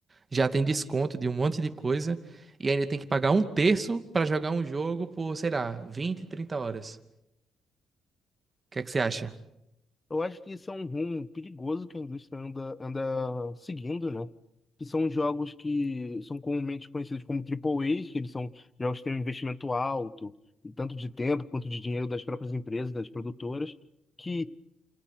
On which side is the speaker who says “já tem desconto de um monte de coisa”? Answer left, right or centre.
Right